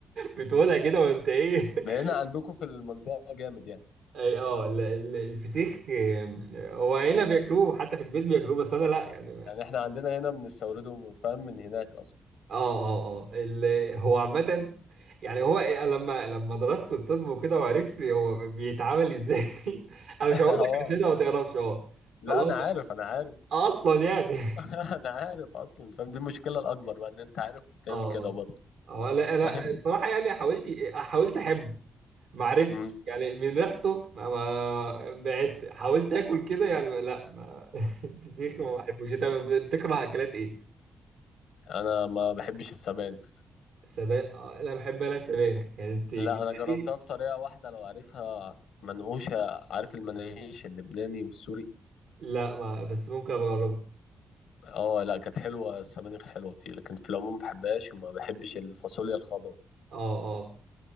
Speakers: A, on the right; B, on the left.
A: بتقولها كده وانت ايه
B: بقينا
A: <laughs>
B: عندكم في المنطقه جامد يعني
A: اي اه ال- ال- الفسيخ آم، هو هنا بياكلوه حتى في البيت بياكلوه بس انا لا يعني
B: يعني احنا عندنا هنا بنستورده فاهم من هناك اصلا
A: اه اه اه ال- هو عامة يعني هو إيه- أنا لما لما درست الطب وكده وعرفت هو بيتعامل ازاي <laughs> انا مش
B: <laughs>
A: هقول
B: اه
A: لك عشان انت ما
B: فاهم
A: تعرفش اه
B: لا
A: خلاص
B: انا عارف انا عارف
A: اصلا يعني <laughs>
B: <laughs> انا عارف اصلا فاهم دي المشكله الاكبر بقى ان انت عارف وبتعمل
A: اه
B: كده برضه
A: اه لا لا
B: فاهم
A: الصراحة يعني حاولت حاولت احب ما عرفتش
B: مم.
A: يعني من ريحته ما ما- بعدت حاولت اكل كده يعني لا ما <laughs> الفسيخ ما بحبوش انت بتكره اكلات ايه؟
B: انا ما بحبش السبانخ
A: سبانخ لا بحب انا السبانخ كانت جدتي
B: لا انا جربتها في طريقه واحده لو عارفها منقوشه عارف المناقيش اللبناني والسوري
A: لا ما بس ممكن أبقى اجربه
B: اه لا كانت حلوه السبانخ حلوه فيه لكن في العموم ما بحبهاش وما بحبش الفاصوليا الخضراء ما
A: اه اه